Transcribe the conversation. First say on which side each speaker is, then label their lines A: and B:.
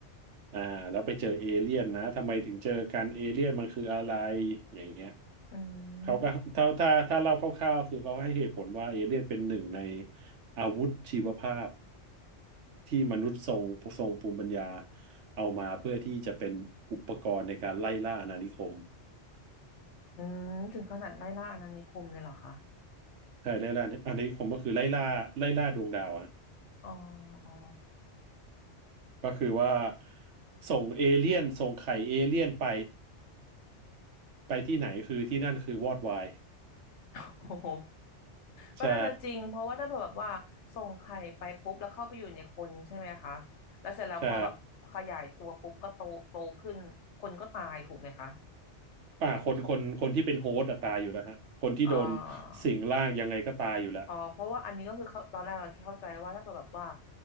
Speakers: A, on the right (about 80°); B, on the left (about 75°).
A: อ่าแล้วไปเจอเอเลี่ยนนะทำไมถึงเจอกันเอเลี่ยนมันคืออะไรอย่างเงี้ย
B: อื
A: เขาก็ถ้าถ้าถ้าเล่าคร่าวๆคือเขาให้เหตุผลว่าเอเลี่ยนเป็นหนึ่งใน
B: ม
A: อาวุธชีวภาพ ที่มนุษย์ทรงทรงภูมิปัญญาเอามาเพื่อที่จะเป็นอุปกรณ์ในการไล่ล่าอาณานิคม
B: อืมถึงขนาดไล่ล่าอาณานิคมเลยเหรอคะ
A: ใช่ไล่ล่าอาณานิคมก็คือไล่ล่าไล่ล่าดวงดาวอะ
B: อ๋อ อ๋อ
A: ก็คือว่าส่งเอเลี่ยนส่งไข่เอเลี่ยนไปไปที่ไหนคือที่นั่นคือวอดวาย
B: <laughs> โอ้โหก็น่าจะจริงเพราะว่าถ้าเผื่อแบบว่าส่งไข่ไปปุ๊บแล้วเข้าไปอยู่ในคนใช่ไหมคะแล้วเสร็จแล้วพอแบบขยายตัวปุ๊บก็โตโตขึ้นคนก็ตายถูกไหมคะ
A: ใช่ใช่อ่าคนคนคนที่เป็นโฮสต์อะตายอยู่แล้วฮะคนที่โดน
B: อ่า
A: สิงร่างยังไงก็ตายอยู่แล้ว
B: อ๋อเพราะว่าอันนี้ก็คือเขาตอนแรกเราเข้าใจว่าถ้าเกิดแบบว่า